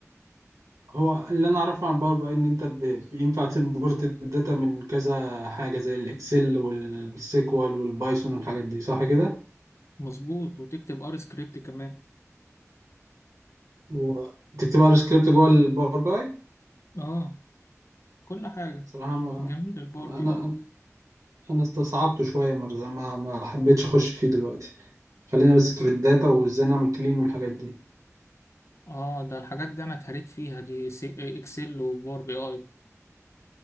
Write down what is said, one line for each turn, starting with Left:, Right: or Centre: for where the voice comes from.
Right: هو اللي انا اعرفه عن باور بي اي ان انت ب- بينفع تمبورت الداتا من كذا حاجه زي الاكسل والسيكوال والبايثون والحاجات دي صح كده
Left: مظبوط وتكتب ار سكريبت كمان
Right: وتكتبوا على سكريبت جوه الباور باي
Left: اه كل حاجة
Right: صراحة ما
Left: جميل الباور
Right: أنا
Left: بي اي
Right: أنا أنا استصعبته شوية مرة ما ما حبيتش أخش فيه دلوقتي خلينا بس
Left: س-
Right: في الداتا وإزاي نعمل كلين والحاجات دي
Left: اه ده الحاجات دي انا اتهريت فيها دي سي- اكسل وباور بي اي